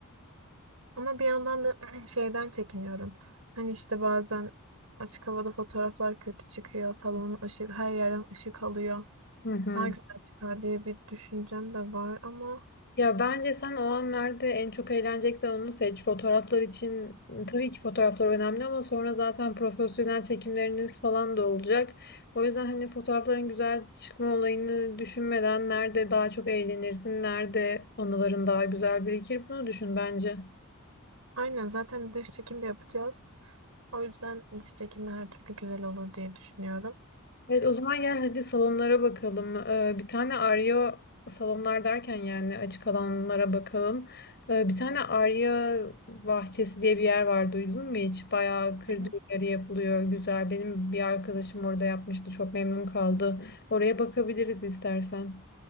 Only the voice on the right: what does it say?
ama bir yandan da <clears throat> şeyden çekiniyorum. Hani işte bazen açık havada fotoğraflar kötü çıkıyor. Salonun ışık her yerden ışık alıyor.
Daha güzel çıkar diye bir düşüncem de var ama
aynen zaten dış çekim de yapacağız. O yüzden dış çekimde her türlü güzel olur diye düşünüyorum.
Evet.